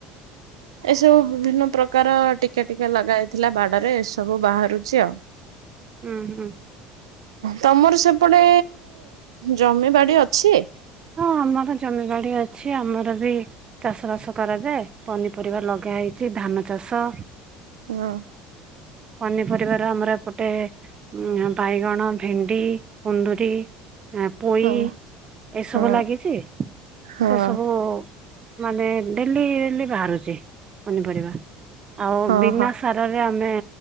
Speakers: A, on the right; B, on the right.
A: ଏସବୁ ବିଭିନ୍ନ ପ୍ରକାର ଟିକେ ଟିକେ ଲଗା ହେଇଥିଲା ବାଡରେ ଏ ସବୁ ବାହାରୁଚି ଆଉ।
B: ଉଁ ହୁଁ।
A: ତମର ସେପଟେ ଜମିବାଡ଼ି ଅଛି?
B: ହଁ, ଆମର ଜମିବାଡ଼ି ଅଛି ଆମର ବି ଚାଷ ବାସ କରାଯାଏ ପନିପରିବା ଲଗା ହେଇଛି ଧାନ ଚାଷ
A: ଉଁ ହଁ।
B: ପନିପରିବାର ଆମର ଏପଟେ ଉଁ ବାଇଗଣ, ଭେଣ୍ଡି, କୁନ୍ଦୁରି ଆଁ ପୋଇ
A: ହଁ
B: ଏସବୁ
A: ହଁ
B: ଲାଗିଚି
A: ହଁ
B: ସେ ସବୁ ମାନେ ଡେଲି ଡେଲି ବାହାରୁଚି ପନିପରିବା ଆଉ
A: ହଁ
B: ବିନା
A: ହଁ
B: ସାରରେ ଆ ମେ